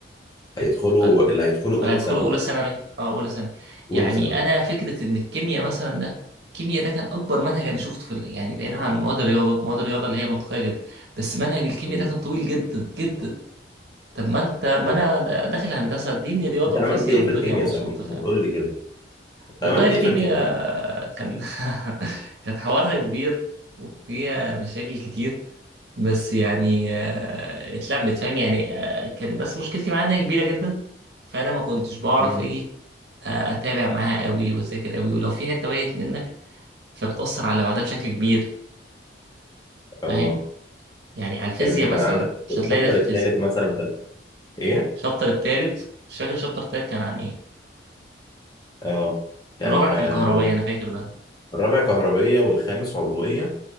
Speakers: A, on the left; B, on the right.
A: هيدخلوا
B: ولا
A: اللي هيدخلوا
B: ولا
A: اولى
B: هيدخلوا
A: ثانوي
B: اولى ثانوي اه اولى ثانوي يعني
A: اولى ثانوي
B: انا فكره ان الكيمياء مثلا ده الكيمياء ده كان اكبر منهج انا شفته في ال- يعني بعيدا عن مواد الرياضه مواد الرياضه اللي هي منطقيه جدا بس منهج الكيمياء
A: مم.
B: ده كان طويل جدا جدا طب ما انت ما
A: فهمت.
B: انا د- داخل هندسه اديني رياضه
A: انت
B: وفيزياء
A: عملت ايه
B: والدنيا
A: في الكيمياء
B: مبسوطه
A: صحيح
B: فاهم
A: ما تقول لي كده انت
B: والله
A: عملت
B: الكيمياء
A: ايه في الكيمياء
B: كان <laughs> كانت حوارها كبير وفيها مشاكل كتير بس يعني آه، اتلمت فاهم يعني آه، كان بس مشكلتي معاها انها كبيره جدا فانا ما كنتش بعرف
A: مم.
B: ايه آه، اتابع معاها قوي واذاكر قوي ولو في حته بايت منك فبتاثر على اللي بعدها بشكل كبير
A: اه
B: فاهم يعني على الفيزياء
A: يعني انت كان
B: مثلا
A: عندك
B: مش
A: الشابتر
B: هتلاقي ده في الفيزياء
A: الثالث مثلا كان ايه
B: الشابتر التالت مش فاكر الشابتر التالت كان عن ايه
A: اه كان
B: الرابع
A: آه،
B: كان كهربائي انا فاكر ده
A: الرابع كهربية والخامس عضوية